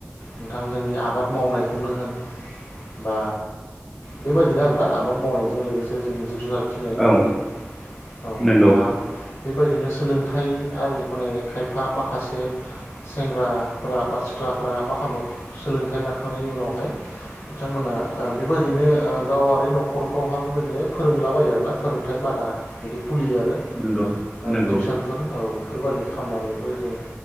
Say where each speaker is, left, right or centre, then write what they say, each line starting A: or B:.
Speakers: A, on the left; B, in the centre.
A: नोंथां जोंनि आबाद मावनायखौनो होन बा बेबायदिनो आरोना आबाद मावनायजों लोगोसे जों जिब जुनार फिनायखौनो
B: औ
A: होन औ
B: नंगौ
A: ना बेबायदिनो सोलोंथाइ आरि माने खायफा माखासे सेंग्राफ्रा बा सिख्लाफ मा खालामो सोलोंथाइ लाखांनायनि उनावहाय बिथांमोना ओ बेबायदिनो ओ गावारि न'खरफ्रावहा बेबायदिनो फोरोंलाबायो आरोना फोरोंथायाइ बादा बिदि खुलियो आरो
B: नंगौ
A: ओ
B: नंगौ
A: टिउसनफोर औ बेफोरबायदि खालामामनानैबो जों